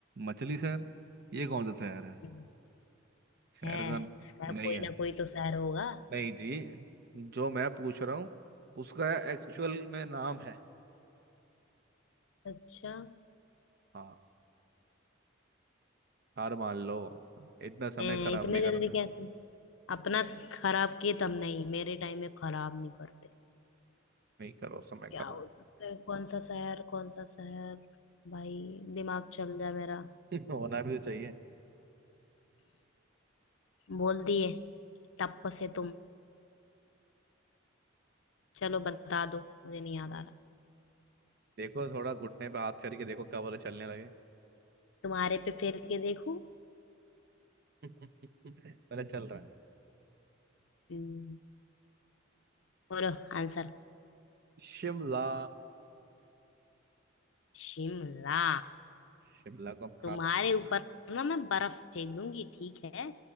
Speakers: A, on the right; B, on the left.
A: मछली शहर ये कौन सा शहर है
B: हम्म,
A: शहर
B: है
A: का न-
B: शहर
A: नहीं
B: कोई
A: है
B: ना कोई तो शहर होगा
A: नहीं जी जो मैं पूछ रहा हूँ उसका एक्चुअल में नाम है
B: अच्छा
A: हाँ हार मान लो इतना समय
B: हैं,
A: खराब
B: इतने
A: नहीं
B: जल्दी
A: करते
B: कैसे अपना खराब किए तब नहीं मेरे टाइम में खराब नहीं करते
A: नहीं करो समय
B: क्या
A: खराब
B: हो सकता है कौन सा शहर कौन सा शहर भाई दिमाग चल जाए मेरा
A: <laughs> होना भी तो चाहिए
B: बोल दिए टप से तुम चलो बता दो मुझे नहीं याद आ रहा
A: देखो थोड़ा घुटने पे हाथ करके देखो कब वाला चलने लगे
B: तुम्हारे पे फेर के देखूं
A: <laughs> मेरा चल रहा है
B: हम्म, बोलो आंसर
A: शिमला
B: शिमला
A: शिमला को हम खा
B: तुम्हारे
A: सकते हैं
B: ऊपर
A: ना
B: ना मैं बर्फ फेंक दूंगी ठीक है